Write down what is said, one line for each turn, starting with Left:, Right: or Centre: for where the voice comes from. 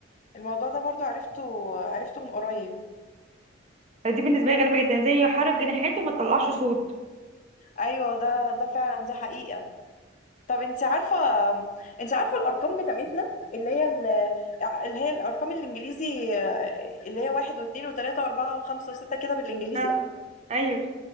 Left: الموضوع ده برضو عرفته عرفته من قريب
Right: فدي بالنسبه لي غريبه جدا زي يحرك جناحاته وما تطلعش صوت
Left: ايوه ده ده فعلا دي حقيقة طب انت عارفه انت عارفه الارقام بتاعتنا اللي هي ال... اللي هي الارقام الانجليزي آه، اللي هي واحد واثنين وثلاثه واربعه وخمسه وسته كده بالانجليزي
Right: اه ايوه